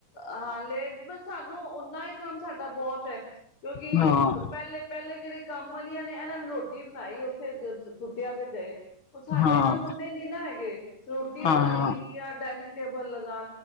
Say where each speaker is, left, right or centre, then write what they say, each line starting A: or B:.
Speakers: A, on the left; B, on the left.
A: ਹਾਂ ਲੇਟ, ਸਾਨੂੰ ਓਨਾ ਹੀ ਕੰਮ ਸਾਡਾ ਬਹੁਤ, ਕਿਉਂਕਿ
B: ਹਾਂ
A: ਪਹਿਲੇ ਪਹਿਲੇ ਜਿਹੜੇ ਕੰਮ ਵਾਲੀਆਂ ਨੇ ਇਹਨਾਂ ਨੇ ਰੋਟੀ ਬਣਾਈ ਉੱਥੇ ਸੁਟਿਆ ਤੇ ਜਾਏ ਉਹ ਸਾਡੇ
B: ਹਾਂ
A: ਕੰਮ ਹੁੰਦੇ ਨੀ ਨਾ ਹੈਗੇ ਰੋਟੀ
B: ਹਾਂ
A: ਬਣਾਈ ਜਾਂ ਡਾਇਨਿੰਗ, ਟੇਬਲ ਲਗਾ।